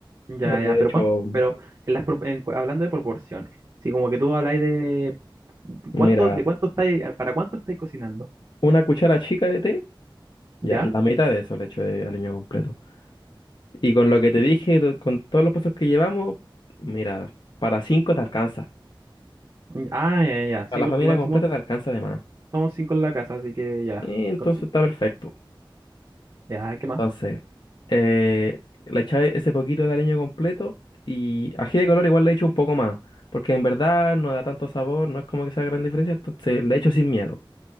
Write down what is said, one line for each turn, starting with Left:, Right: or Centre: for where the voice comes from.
Right: ya,
Left: Yo le
Right: ya, pero
Left: echo,
Right: ¿cuánto? Pero en las, pro- en cu- hablando de proporciones, si como que tú habláis de
Left: mira,
Right: cuánto, de cuánto estáis, eh, para cuánto estáis cocinando,
Left: una cuchara chica de té,
Right: ¿ya?
Left: ya, la mitad de eso le echo de aliño completo. Y con lo que te dije, to- con todos los pasos que llevamos, mira, para cinco te alcanza.
Right: Mm, Ah, ya, ya, ya,
Left: Para
Right: sí,
Left: la
Right: porque
Left: familia
Right: igual
Left: completa
Right: somos,
Left: te alcanza de más.
Right: somos cinco en la casa, así que ya,
Left: Eh, Entonces
Right: conti-
Left: está perfecto.
Right: ya, ¿qué más?
Left: Entonces, eh, le echáis ese poquito de aliño completo y ají de color igual le echo un poco más, porque en verdad no da tanto sabor, no es como que sea gran diferencia, entonces le echo sin miedo.